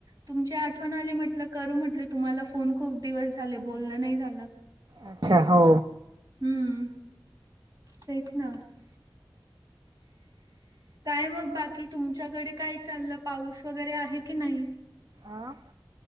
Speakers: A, on the right; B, on the right.
A: तुमची आठवण आली म्हटलं करू म्हटलं तुम्हाला फोन खूप दिवस झाले बोलण नाही झालं.
B: अच्छा हो
A: हम्म तेहीच ना काय मग बाकी तुमच्याकडे काय चाललं पाऊस वगैरे आहे की नाही.
B: आह